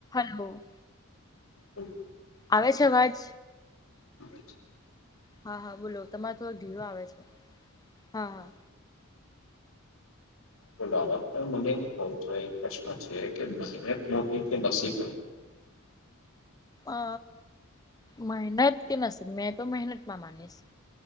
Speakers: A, on the left; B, on the left.
A: Hello
B: હમ્મ
A: આવે છે, અવાજ
B: પછી
A: હા હા બોલો તમારે થોડો ધીરો આવે છે, હા હા
B: બોલૉ હવે પણ મને એવું કહુ છું એક પ્રશ્ન છે, કે મહેનત કે નસીબ
A: અ મહેનત કે નસીબ મેં તો મહેનત માં માનીશ